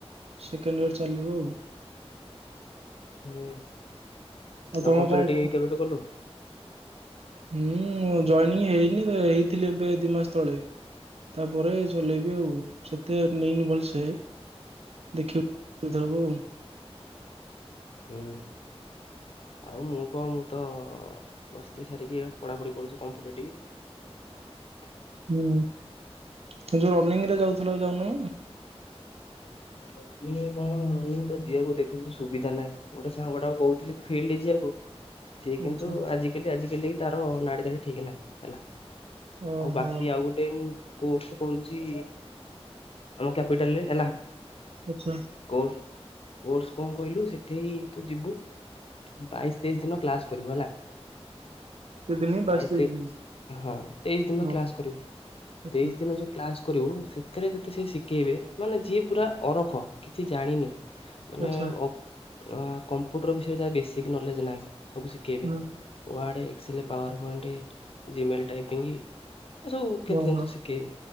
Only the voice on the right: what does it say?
ସେକେଣ୍ଡ ଇୟର ଚାଲିବ ଆଉ।
ତମ
କଣ
ମୁଁ ଜଏନିଂ ହେଇନି ହେଇଥିଲି ଏବେ ଦି ମାସ ତଳେ। ତାପରେ ଚଲେଇବି ଆଉ। ସେତେ ନେଇନି ଭଲସେ। ଦେଖି ଏଇ ଥରକ ଆଉ।
ହୁଁ ତ ଯୋଉ ରନିଂ ରେ ଯାଉଥିଲା ଯାଉନ?
ଆଚ୍ଛା
ଓହୋ
ଆଚ୍ଛା।
କେତେଦିନି
ତେଇଶ
ଦିନି
ହଉ
ଆଚ୍ଛା।
ଆଚ୍ଛା
ହଁ
ଓହୋ